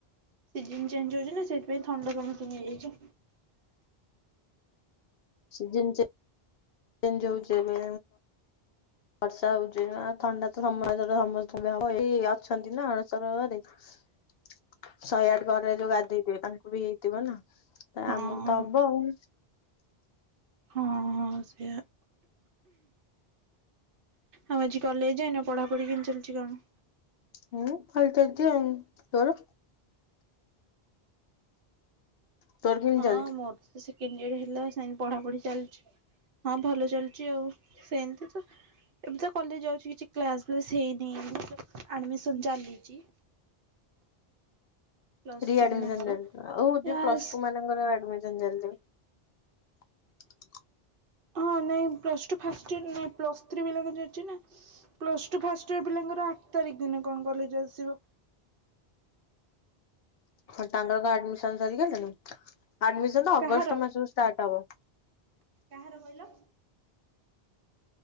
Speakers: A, on the right; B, on the left.
A: ସିଜନ ଚେଞ୍ଜ ହଉଛି ନା ସେଥିପାଇଁ ଥଣ୍ଡା ସମସ୍ତଙ୍କୁ ହେଇଯାଇଛି।
B: ସିଜନ ଛୁ ଏବେ ବର୍ଷା ହଉଛି ନା ଥଣ୍ଡା ତ ସମୟ ସମସ୍ତ ଏଇ ଅଛନ୍ତି ନା ଅଣଶରରେ। ଶହେ ଆଠ ଘରେ ଯୋଉ ଗାଧେଇଥିବେ ତାଙ୍କୁ ବି ହେଇଥିବ ନା
A: ହଁ
B: ଆମକୁ ତ ହବ ଆଉ।
A: ହଁ ହଁ ସେ ଆଉ ଆଜି କଲେଜ ଯାଇନ ପଢା ପଢି ଚାଲିୁଛି କଣ?
B: ହୁଁ ହଲତାଇତି ତୋର? ତୋର କେମିତି
A: ହଁ
B: ଚାଲିଛି?
A: ମୋର ତ ସେକେଣ୍ଡ ଇୟର ହେଲା ସେମତି ପଢା ପଢି ଚାଲିଛି। ହଁ ଭଲ ଚାଲିଛି ଆଉ ସେମିତି ତ ଏମିତି ତ କଲେଜ ଯାଉଛି କିଛି କ୍ଲାସ ବ୍ଲାସ୍ ହେଇନି ମୁଁ ଆଡମିସନ ଚାଲିଛି। ପ୍ଲସ୍
B: ରି
A: ଥ୍ରୀ
B: ଆଡ୍ମିଶନ
A: ପିଲାଙ୍କର
B: ଚାଲିଛି ଆଉ ହଉ
A: କ୍ଲାସ୍
B: ପ୍ଲଟୁ ମାନଙ୍କର ଆଡମିଶନ ଚାଲିଛି। <inaudible>
A: ହଁ ନାଇଁ ପ୍ଲସ ଟୁ ଫାଷ୍ଟ ଇଅର୍ ନାଇ ପ୍ଲସ ଥ୍ରି ପିଲାଙ୍କର ଅଛି ନା। ପ୍ଲସ୍ ଟୁ ଫାଷ୍ଟ ଇୟର ପିଲାଙ୍କର ଆଠ ତାରିଖ ଦିନ କଣ କଲେଜ ଆସିବ?
B: ହଁ ତାଙ୍କର ଆଡମିସନ ସରିଗଲେଣି ଆମିନ
A: କାହାର?
B: ଅଗଷ୍ଟ ମାସରୁ ଷ୍ଟାର୍ଟ ହବ।
A: କାହାର କହିଲ?